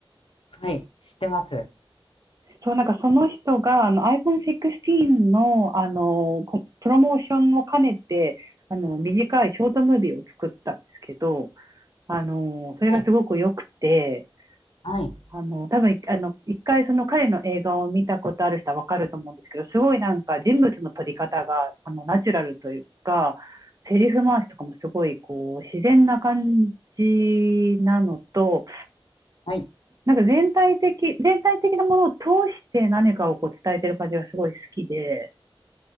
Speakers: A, on the left (about 70°); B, on the right (about 35°).
A: はい。知ってます。
B: そう、なんかその人が、あの、iPhone16 の、あの、こプロモーションを兼ねて、あの、短いショートムービーを作ったんですけど、あの、それがすごく良くて、
A: はい。はい。
B: あの、多分、あの、一回その彼の映画を見たことある人はわかると思うんですけど、すごいなんか人物の撮り方が、あの、ナチュラルというか、セリフ回しとかもすごい、こう、自然な感じなのと、
A: はい。
B: なんか全体的、全体的なものを通して何かをこう伝えてる感じがすごい好きで、